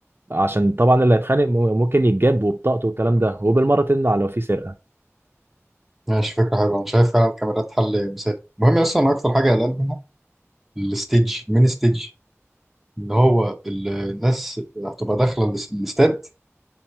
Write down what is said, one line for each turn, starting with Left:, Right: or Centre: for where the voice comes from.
Right: عشان طبعا اللي هيتخانق ممكن يتجاب وبطاقته والكلام ده وبالمرة تمنع لو في سرقة
Centre: ماشي فكره حلوه انا شايف فعلا الكاميرات حل مثالي المهم اصلا انا اكتر حاجه قلقان منها الستيج الميني ستيج اللي هو ال- الناس هتبقى داخله الاستاد